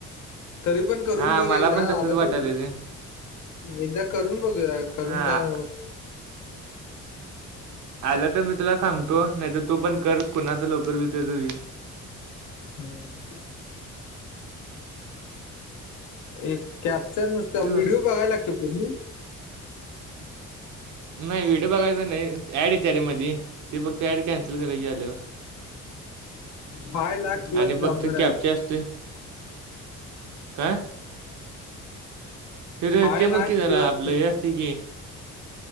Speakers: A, on the left; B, on the right.
A: तरी पण. करून
B: हां
A: बघ
B: मला
A: एकदा
B: पण तसंच
A: आलं
B: वाटायले
A: तर.
B: रे
A: एकदा करून बघू करून
B: हां
A: काय.
B: आलं तर मी तुला सांगतो नाही तर तू पण कर कुणाच लवकर वल त्याच वल.
A: हम्म. एक कॅप्चर नुसतं
B: ते म्हणलं
A: व्हिडिओ बघायला लागतो पूर्.
B: नाही व्हिडिओ बघायचा नाही ऍड आहे त्या रे मध ते फक्त ऍड कन.
A: फाय लाख प्लस
B: आणि
A: डाउनलोड
B: फक्त
A: आहे
B: कॅ अस. ते काय. तर
A: फाय
B: ते
A: लाख
B: बघ की जरा
A: प्लस.
B: आपलं हे असते की